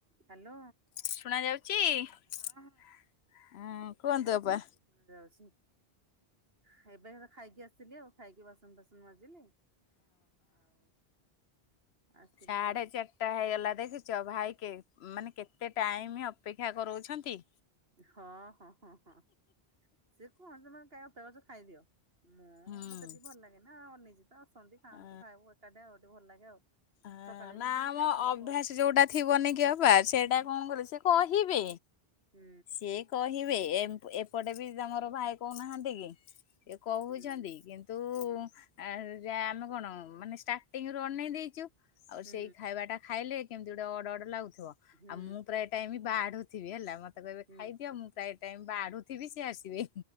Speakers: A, on the right; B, on the left.
A: Hello
B: ଶୁଣା ଯାଉଚି ଉଁ
A: ହଁ
B: କୁହନ୍ତୁ ଅପା।
A: ଯାଉଚି ଆଉ ଏବେ ତ ଖାଇକି ଆସିଲି ଆଉ ଖାଇକି ବାସନ ଫାସନ ମାଜିଲି। ଆଉ ଆସିଲି
B: ସାଢ଼େ
A: ଆଉ
B: ଚାର ଟା ହେଇଗଲା ଦେଖୁଛ ଭାଇ କେ ମାନେ କେତେ ଟାଇମ ଅପେକ୍ଷା କରଉଛନ୍ତି।
A: ହଁ ହଁ ହଁ ହଁ। ସେ କୁହନ୍ତି ମେ କ ଅପେକ୍ଷା କରିଚ ଖାଇଦିଅ ମୁଁ
B: ହୁଁ।
A: ମତେ ଟିକେ ଭଲ ଲାଗେ ନା ଆଉ ନିଜ ଆସନ୍ତି ଖାଆନ୍ତୁ
B: ଅ
A: ଖାଇବୁ ଏକାଠି ଆଉ ଟିକେ ଭଲ ଲାଗେ ଆଉ।
B: ଅଁ
A: ସକାଳେ ବି
B: ନା
A: ସେମିତି ସେ
B: ଆମ
A: ଖାଇ ସାରିଲା
B: ଅଭ୍ୟାସ
A: ପରେ
B: ଯୋଉଟା ଥିବନି କି ଅପା ସେଇଟା
A: ହୁଁ
B: କଣ କଲେ ସେ କହିବେ
A: ହୁଁ।
B: ଇଏ କହିବେ ଏମ ଏପଟେ ବି ତମର ଭାଇ କହୁନାହାନ୍ତି କି। ଏ କହୁଛନ୍ତି
A: ହୁଁ
B: କିନ୍ତୁ
A: ହୁଁ
B: ଆ ଯା ଆମେ କଣ ମାନେ ଷ୍ଟାର୍ଟିଙ୍ଗ ରୁ ଅନେଇ ଦେଇଚୁ ଆଉ
A: ହୁଁ
B: ସେଇ ଖାଇବା ଟା ଖାଇଲେ କେମିତି ଗୋଟେ ଅର୍ଡ ଅର୍ଡ ଲାଗୁଥିବ
A: ହୁଁ
B: ଆଉ ମୁଁ ପ୍ରାୟ ଟାଇମ୍ ବାଢୁଥିବି ହେଲା ମତେ କହିବେ
A: ହୁଁ ହୁଁ
B: ଖାଇଦିଅ ମୁଁ ପ୍ରାୟ ଟାଇମ୍ ବାଢୁଥିବି ସିଏ ଆସିବେ